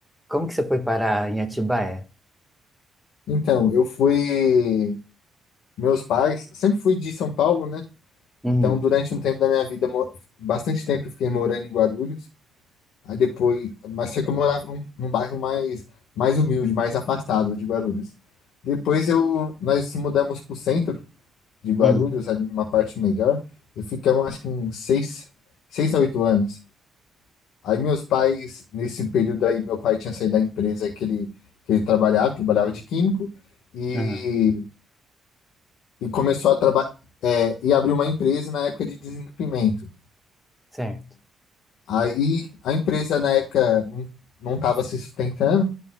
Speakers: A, in the centre; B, on the left.
A: Como que você foi parar em Atibaia?
B: Então, eu fui. Meus pais, sempre fui de São Paulo, né?
A: Uhum.
B: Então, durante um tempo da minha vida, mo- bastante tempo eu fiquei morando em Guarulhos. Aí depois, mas só que eu morava num, num bairro mais, mais humilde, mais afastado de Guarulhos. Depois eu, nós se mudamos para o centro de Guarulhos,
A: Uhum.
B: ali numa parte melhor, e ficamos acho que uns seis, seis a oito anos. Aí meus pais, nesse período aí, meu pai tinha saído da empresa que ele, que ele trabalhava, trabalhava de químico, e
A: Aham.
B: e começou a trabalhar é, e abriu uma empresa na época de desentupimento.
A: Certo.
B: Aí a empresa na época não estava se sustentando,